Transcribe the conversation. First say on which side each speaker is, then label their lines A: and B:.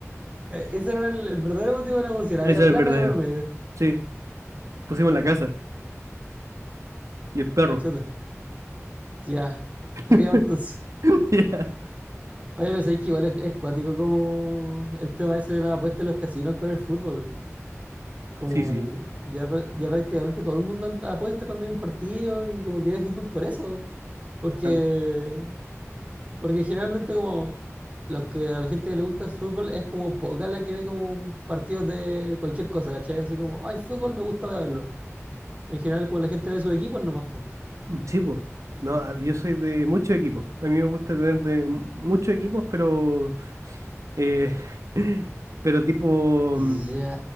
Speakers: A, on the right; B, on the right.
A: Eh, Ese era el, el verdadero motivo de la emoción, había
B: Ese es
A: plata
B: el verdadero.
A: de por medio.
B: Sí, pusimos la casa y el perro.
A: Chuta, ya,
B: <laughs>
A: estaríamos todos.
B: Ya.
A: Oye, pero sabéis que igual es, es cuático como el tema ese de la apuesta en los casinos con el fútbol. Como
B: Sí, sí.
A: ya, pra- ya prácticamente todo el mundo ant- apuesta cuando hay un partido y como que ve fútbol por eso. Porque,
B: Ah,
A: porque generalmente como los que a la gente que le gusta el fútbol es como poca la que ve como partidos de cualquier cosa, ¿cachai? Así como, ay, fútbol me gusta voy a verlo. En general como la gente ve sus equipos nomás, pues.
B: Sí, po. No, a- yo soy de muchos equipos. A mí me gusta tener de mu- muchos equipos, pero eh, <laughs> pero tipo
A: Ya.
B: mm,